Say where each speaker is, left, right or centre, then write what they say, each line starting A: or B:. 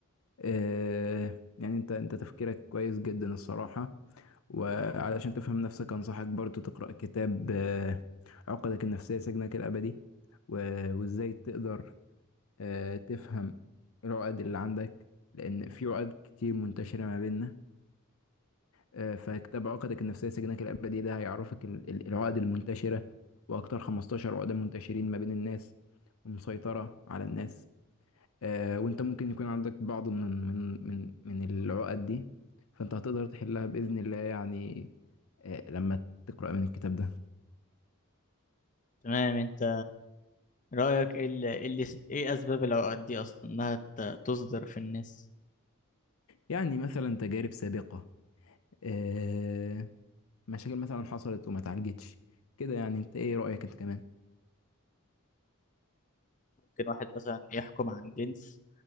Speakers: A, on the left; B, on the left.
A: آه يعني أنت أنت تفكيرك كويس جدا الصراحة وعلشان تفهم نفسك أنصحك برضو تقرأ كتاب آه عقدك النفسية سجنك الأبدي و- وإزاي تقدر آه تفهم العقد اللي عندك لأن في عقد كتير منتشرة ما بيننا آه، فكتاب عقدك النفسية سجنك الأبدي ده هيعرفك ال- ال- العقد المنتشرة وأكتر 15 عقدة منتشرين ما بين الناس ومسيطرة على الناس آه، وأنت ممكن يكون عندك بعض من من من من العقد دي فأنت هتقدر تحلها بإذن الله يعني آه، لما تقرأ من الكتاب ده
B: تمام انت رايك ايه اللي ايه اللي- إيه اسباب العقد دي اصلا انها ت- تصدر في الناس
A: يعني مثلا تجارب سابقة آه، مشاكل مثلا حصلت وما اتعالجتش كده يعني أنت إيه رأيك أنت كمان؟
B: ممكن واحد مثلا يحكم عن جنس